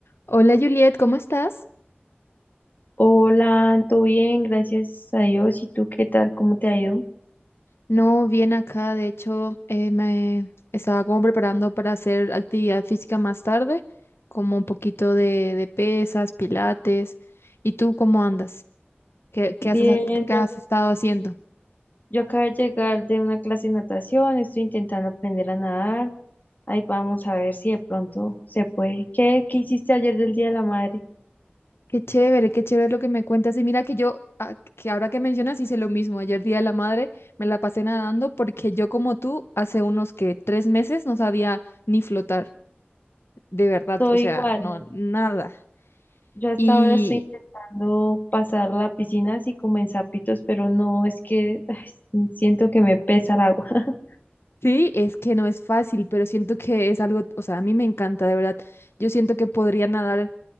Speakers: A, on the left; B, on the left.
A: Hola Juliet, ¿cómo estás?
B: Hola, todo bien, gracias a Dios. ¿Y tú qué tal? ¿Cómo te ha ido?
A: No, bien acá, de hecho, eh, me estaba como preparando para hacer actividad física más tarde, como un poquito de, de pesas, pilates. ¿Y tú cómo andas? ¿Qué, qué
B: Bien,
A: haces, a- qué
B: yo,
A: has estado haciendo?
B: yo acabo de llegar de una clase de natación, estoy intentando aprender a nadar. Ahí vamos a ver si de pronto se puede. ¿Qué, qué hiciste ayer del Día de la Madre?
A: Qué chévere, qué chévere lo que me cuentas. Y mira que yo, ah, que ahora que mencionas, hice lo mismo. Ayer Día de la Madre me la pasé nadando porque yo como tú, hace unos que tres meses no sabía ni flotar, de verdad,
B: Estoy
A: o sea,
B: igual.
A: no, nada.
B: Yo hasta
A: Y,
B: ahora estoy intentando pasar la piscina así como en zapitos, pero no, es que ay, siento que me pesa el agua. <laughs>
A: Sí, es que no es fácil, pero siento que es algo, o sea, a mí me encanta, de verdad. Yo siento que podría nadar